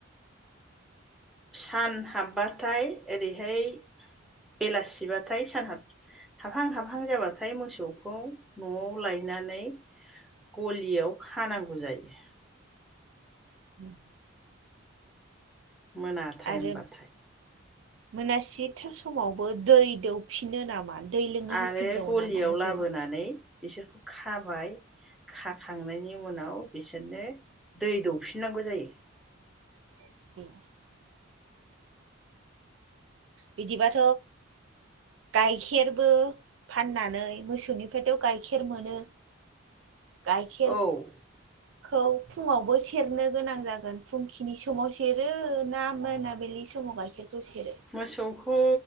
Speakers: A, in the centre; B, on the right.
A: सान हाबबाथाय ओरैहाय बेलासिबाथाय सान हाब हाबहां हाबहां जाबाथाय मोसौखौ नआव लायनानै गलियाव खानांगौ जायो।
B: <unintelligible>
A: मोना टाइम
B: आरो
A: बाथाय।
B: मोनासि थिसमावबो दै दौफिनो नामा? दै लोंनो
A: आरो
B: होफिनबावो
A: गलियाव
B: नामा मोसौनो?
A: लाबोनानै बिसोरखौ खा खाबाय खाखांनायनि उनाव बिसोरनो दै दौफिननांगौ जायो।
B: <unintelligible> बिदिबाथ' गाइखेरबो फाननानै मोसौनिफ्रायथ' गाइखेर मोनो। गायखेर
A: औ
B: खौ फुङावबो सेरनो गोनां जागोन फुंखिनि समाव सेरो ना मोनाबिलि समाव गाइखेरखौ सेरो?
A: मोसौखौ